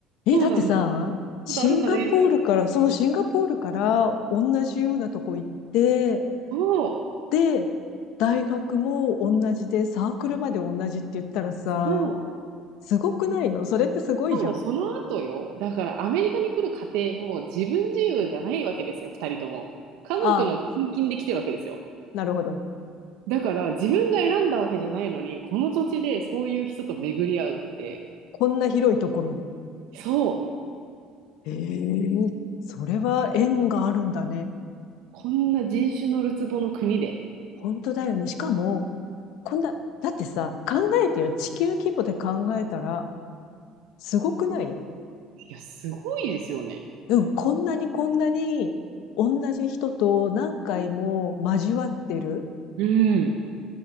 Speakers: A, on the left; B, on the right.
A: え、
B: そうなんだ。
A: だってさ、
B: こ
A: シンガポールから、
B: とあるんだね、ぐらい。
A: そう、シンガポールから同じようなとこ行って、
B: そ
A: で、大学も同じで、サークルまで同じって言ったらさ、
B: う、そう。
A: すごくないのそれってすごいじゃん。
B: しかもその後よ。だからアメリカに来る過程も自分自由じゃないわけですよ、二人とも。家族の転勤で来てるわけですよ。
A: ああ、なるほど。
B: だから自分が選んだわけじゃないのに、この土地でそういう人と巡り合うって、
A: こんな広いところで。
B: そう。
A: ええそれは縁があるんだね。
B: こんな人種のるつぼの国で。
A: 本当だよね。しかも、こんな、だってさ、考えてよ。地球規模で考えたら、すごくない
B: いや、すごいですよね。
A: うん、こんなにこんなに同じ人と何回も交わってる。
B: うん。